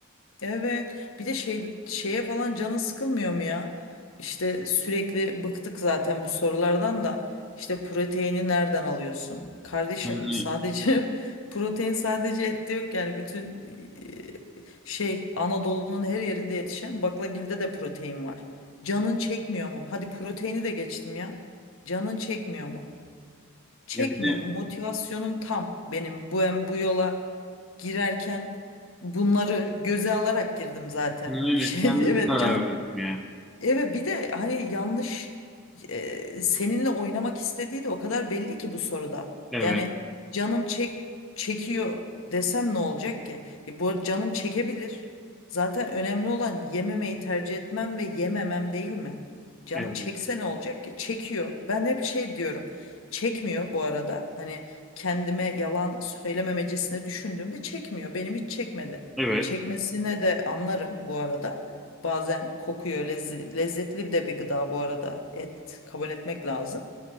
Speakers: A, on the left; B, in the centre.
A: Evet. Bir de şey şeye falan canın sıkılmıyor mu ya? İşte sürekli bıktık zaten bu sorulardan da. İşte proteini nereden alıyorsun? Kardeşim
B: Hani
A: sadece <laughs> protein sadece ette yok yani bütün e, şey Anadolu'nun her yerinde yetişen baklagilde de protein var. Canın çekmiyor mu? Hadi proteini de geçtim ya. Canın çekmiyor mu? çekmiyor.
B: ya bir de
A: Motivasyonum tam benim. Bu hem bu yola girerken bunları göze alarak girdim zaten.
B: aynen öyle
A: Bir şey
B: kendim
A: <laughs> evet
B: karar
A: can
B: verdim yani.
A: Evet bir de hani yanlış e, seninle oynamak istediği de o kadar belli ki bu soruda.
B: Evet.
A: Yani canım çek çekiyor desem ne olacak ki? E, bu arada canım çekebilir. Zaten önemli olan yememeyi tercih etmem ve yememem değil mi? Canım
B: Evet.
A: çekse ne olacak ki? Çekiyor. Ben hep şey diyorum. Çekmiyor bu arada. Hani kendime yalan söylememecesine düşündüğümde çekmiyor. Benim hiç çekmedi.
B: Evet.
A: Çekmesine de anlarım bu arada. Bazen kokuyor. lezz- lezzetli bir de bir gıda bu arada. Et kabul etmek lazım.